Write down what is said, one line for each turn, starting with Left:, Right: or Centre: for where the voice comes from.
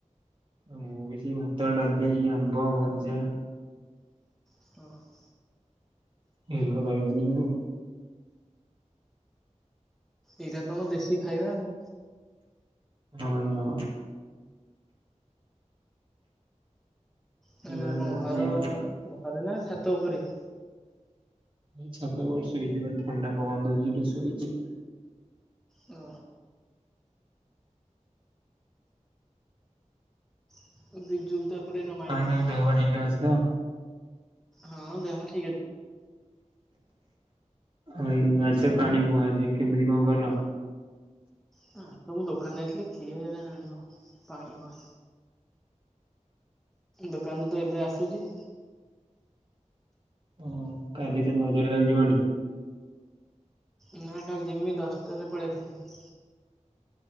Right: ମୁଁ ବି ସେ ଭାତ ଡାଲି ଆମ୍ବ ଭଜା।
Centre: ଓହ୍।
Right: <unintelligible>
Centre: ଏଇଟା ତ ଆମ ଦେଶୀ ଖାଇବା ଆଉ
Right: ହଁ ଭାଇ ହଁ।
Centre: କଣ
Right: ଏଇଭଳିଆ
Centre: ଏଇନା
Right: ଚାଲିଛି
Centre: ଘରୁ,
Right: ଆଉ।
Centre: ଘରେ ନା ଛାତ ଉପରେ?
Right: ଏଇ ଛାତ ଉପରେ ଶୋଇଚିବା ଥଣ୍ଡା ପବନ ଦଉଚି ଟିକେ ଶୋଇଚି।
Centre: ଓ। <inaudible> ମାଇଲାଣି
Right: ଆଇନାଙ୍କ ଦେହ ବା ଠିକ ଅଛି ତ?
Centre: ହଁ ଦେହ ଠିକ୍ ଅଛ
Right: ଆଇ ଆଜି ତ ପାଣି ବୁହାଵୁହି ଆଜି କେମିତି କଣ କଲ?
Centre: ହାଁ ତ ମୁଁ ଦୋକାନରେ ଯାଇଥିଲି କିଏ ଏରା ଆଣିବ? ପାଣି ହୁଆ। ଦୋକାନରୁ ତ ଏବେ ଆସୁଛି।
Right: ଓ କାଲି ତ ନଜର ଲାଗିବନି?
Centre: ନା କାଲି ଯିମି ଦଶଟାରେ ପଳେଇ ଆସିବି।